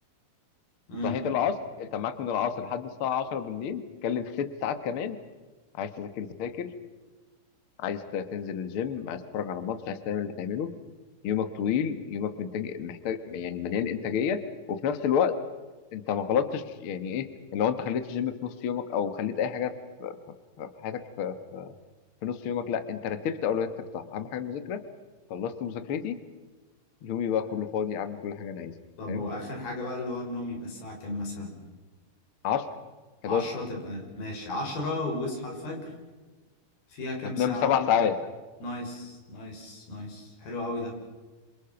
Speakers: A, on the left; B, on the left.
A: مم.
B: صحيت العصر انت معاك من العصر لحد الساعه 10 بالليل تتكلم في ست ساعات كمان عايز تذاكر ذاكر عايز ت- تنزل الجيم عايز تتفرج على ماتش عايز تعمل اللي تعمله يومك طويل يومك منتج محتاج يعني مليان انتاجيه وفي نفس الوقت انت ما غلطتش يعني ايه لو انت خليت الجيم في نص يومك او خليت اي حاجه في في حياتك في في نص يومك لا انت رتبت اولوياتك صح اهم حاجه المذاكره خلصت مذاكرتي يومي بقى كله فاضي اعمل كل حاجه انا عايزها
A: طب
B: فاهم
A: هو اخر حاجه بقى اللي هو النوم يبقى الساعه كام مثلا
B: 10
A: عشرة
B: 11
A: تبقى ماشي عشرة واصحى الفجر فيها كام
B: هتنام
A: ساعة
B: سبع ساعات
A: نايس نايس نايس حلو قوي ده